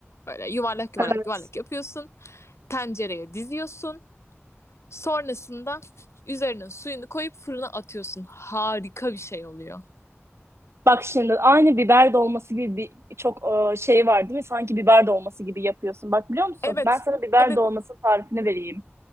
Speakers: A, on the left; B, on the right.
A: Böyle yuvarlak yuvarlak
B: Evet.
A: yuvarlak yapıyorsun. Tencereye diziyorsun. Sonrasında üzerine suyunu koyup fırına atıyorsun. Harika bir şey oluyor.
B: Bak şimdi aynı biber dolması gibi bir çok e, şey var değil mi? Sanki biber dolması gibi yapıyorsun. Bak biliyor musun?
A: Evet.
B: Ben sana biber
A: Evet.
B: dolmasının tarifini vereyim.